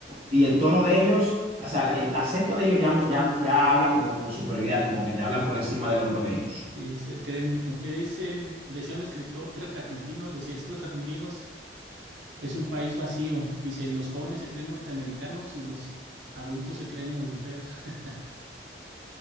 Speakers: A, on the right; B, on the right.
A: Y el tono de ellos, o sea, el acento de ellos ya, ya, ya habla como con superioridad, como que te hablan por encima del hombro de ellos.
B: Sí, Dice, creen, eh, ¿qué dicen? Decía un escritor, creo que argentino, decía, es que los argentinos es un país vacío. Dice, los jóvenes se creen norteamericanos y los adultos se creen europeos. <laughs>